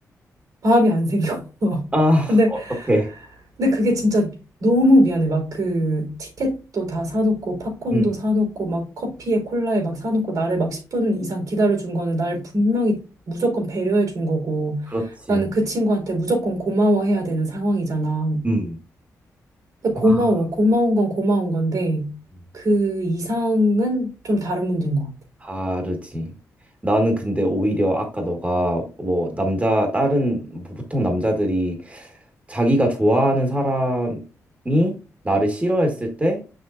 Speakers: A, on the right (about 75°); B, on the right (about 20°).
A: 마음이 안 생겨 <laughs>
B: 아,
A: 근데
B: 어떡해.
A: 근데 그게 진짜 너무 미안해 막 그 티켓도 다 사놓고 팝콘도
B: 음,
A: 사놓고 막 커피에 콜라에 막 사놓고 나를 막 10분 이상 기다려준 거는 날 분명히 무조건 배려해 준 거고
B: 그렇지.
A: 나는 그 친구한테 무조건 고마워해야 되는 상황이잖아
B: 음,
A: 근데
B: 아.
A: 고마워. 고마운 건 고마운 건데,
B: 음.
A: 그 이상은 좀 다른 문제인 것 같아.
B: 다르지. 나는 근데 오히려 아까 너가 뭐 남자 다른 뭐 보통 남자들이 자기가 좋아하는 사람이 나를 싫어했을 때